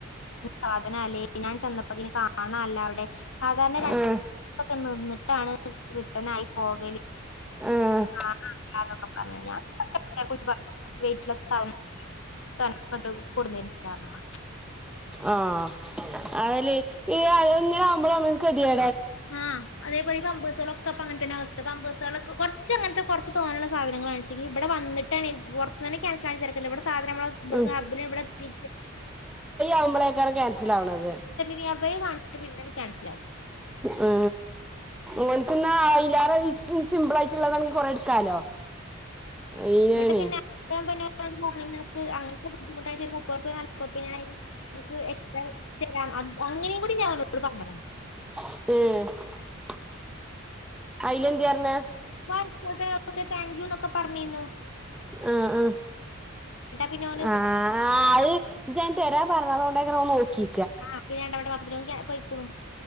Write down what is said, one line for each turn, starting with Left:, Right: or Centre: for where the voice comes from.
Left: സാധന അല്ലേ ഞാൻ ചന്തപ്പകെ കാണല്ല അവിടെ സാധാരണ രണ്ടായിരൊക്കെ
Centre: ആഹ്
Left: നിന്നിട്ടാണ് റിട്ടേൺ ആയി പോകല്
Centre: ആഹ്
Left: കാക്കെ പറഞ്ഞ ഞാൻ കുറിച്ച് പറഞ്ഞ വീട്ടില സ്ഥനം കനക്കോട്ട് കൊടണ്ടല്ലാന്നു പറഞ്ഞ്
Centre: ആഹ അതല്ലേ അ എങ്ങനെ ആവുമ്പോൾ നമ്മതിയാ
Left: ആഹ അതേപോലെ അമ്പസ പ്പ അങ്ങനത്തെന്നെ അവസ്ഥ പമ്പേ്സുകൾ കുറച്ച് അങ്ങനത്തെ കുറച്ച് തോന്നാനുള്ള സാധനങ്ങളാണ് വെ ഇവിടെ വന്നിട്ടാണ് ന യാൻസല തേർക്കേ ഇവിടെ സാധന നമ്മ
Centre: ഉം
Left: ഇ അബ് ഇവിടെ എത്തി
Centre: ആമ്പോഴേക്കാണ് കാൻസൽവുന്നത്
Left: നിയർ ബൈ കാണിച്ചിട്ട് പിന്നങ്ങട് ക്യാൻസലാകും.
Centre: ആ ഓൻക്ക് എന്ന സിമ്പിൾ ആയിട്ടുള്ളതങ്കി കൊറ എടുക്കാലോ അയിനാണേ
Left: ഇങ്ങിട്ട് പിന്നെ പറ അങ്ങ ബുദ്ധമട്ട് ഒരു മുപ്പറപ്പ നാപ്പറപ്പ എക്സ്രാേരാം അങ്ങനേ കൂടി ഞാ ആ
Centre: ഉം അയില എന്ത് പറഞ്ഞ
Left: ആക്കോട്ടെ ഓക്കെ താങ്ക്യൂ എന്നൊക്കെ പറഞ്ഞിന്നു
Centre: ആഹ
Left: പിന്നെ ഓന്
Centre: ആ ആ അത് ഞാൻ തരാ പറഞ്ഞതണ്ട് നോക്കി
Left: ആഹ പിന്നെ രണ്ടവമ്മടെ പാപ്പത്തിന ന പോയിക്കണു